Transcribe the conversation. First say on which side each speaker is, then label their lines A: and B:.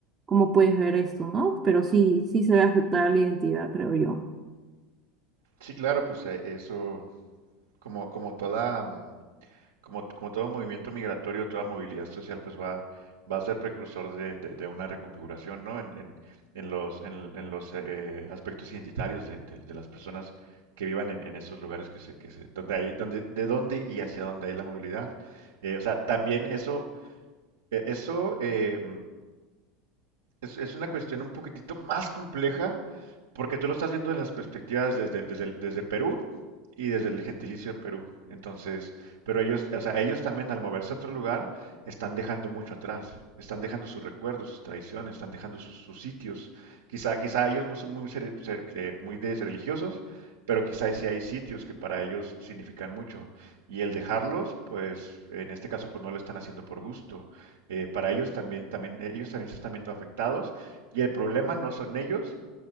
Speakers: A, on the right; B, on the right.
A: como puedes ver esto, ¿no? Pero sí, sí se ve afectada la identidad, creo yo.
B: Sí, claro, pues eh, eso, como, como toda, mm, Como, como todo movimiento migratorio, toda movilidad social, pues va, va a ser precursor de, de- de una reconfiguración, ¿no? En, en- en los, en, en los eh, aspectos identitarios de, de- de las personas que vivan en, en esos lugares que se, que se, donde hay, donde, de dónde y hacia dónde hay la movilidad. Eh, o sea, también eso, eh, eso, eh, es, es una cuestión un poquitito más compleja porque tú lo estás viendo de las perspectivas desde, desde, el- desde Perú y desde el gentilicio de Perú. Entonces, pero ellos, o sea, ellos también al moverse a otro lugar están dejando mucho atrás, están dejando sus recuerdos, sus tradiciones, están dejando sus, sus sitios. Quizá, quizá ellos no son muy, cere- cere- eh, muy de- religiosos, pero quizá sí hay sitios que para ellos significan mucho. Y el dejarlos, pues en este caso, pues no lo están haciendo por gusto eh, para ellos también, también, eh, ellos también se están viendo afectados y el problema no son ellos,